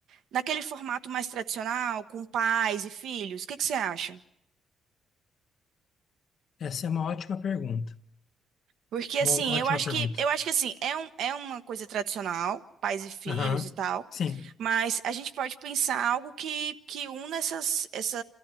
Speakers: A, on the right (about 75°); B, on the left (about 60°).
A: naquele formato mais tradicional, com pais e filhos. O que que você acha?
B: Essa é uma ótima pergunta.
A: Porque assim,
B: Uma ótima
A: eu acho
B: pergunta.
A: que eu acho que assim, é um, é uma coisa tradicional, pais e filhos
B: Aham.
A: e tal,
B: Sim,
A: mas a gente pode pensar algo que que una essas essa